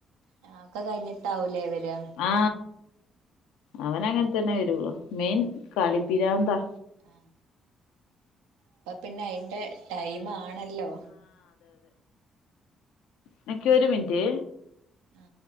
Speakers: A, on the right; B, on the left.
A: ആ ഒക്കെ കഴിഞ്ഞിട്ടാവൂലേ വരിക
B: ആ, അവന് അങ്ങനെ തന്നെ വരുള്ളു, മെയിൻ കളിപിരാന്താ.
A: ആ അപ്പൊ പിന്നെ അയിന്റെ ടൈം ആണല്ലോ
B: നിക്കെ ഒരു മിനിറ്റ്
A: ആ